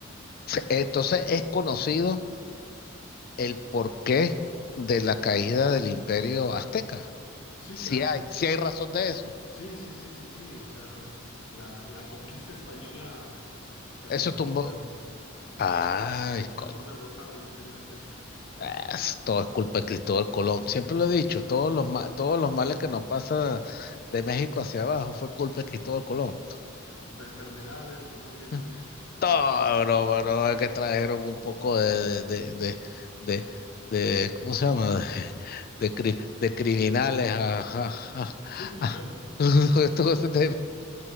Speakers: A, on the left; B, on the left.
A: entonces es conocido el porqué de la caída del imperio azteca.
B: Sí,
A: Si
B: claro.
A: hay, si hay razón de eso.
B: Sí, sí, sí, sí, sí. O sea, la, la conquista española terminó
A: Eso tumbó.
B: por, der-
A: Ay,
B: terminó
A: coño.
B: por derrotar al Imperio Azteca.
A: Ah, es- todo es culpa de Cristóbal Colón. Siempre lo he dicho, todos los, ma- todos los males que nos pasa de México hacia abajo fue culpa de Cristóbal Colón.
B: Hasta enfermedades que no había en
A: <laughs>
B: América.
A: Todo, bro, bro, es que trajeron un poco de, de, de, de, de- de- ¿cómo se llama? <laughs> De, de, cri- de criminales a, a- a-
B: Sí, pues
A: a-
B: bueno.
A: <laughs> todo ese tema.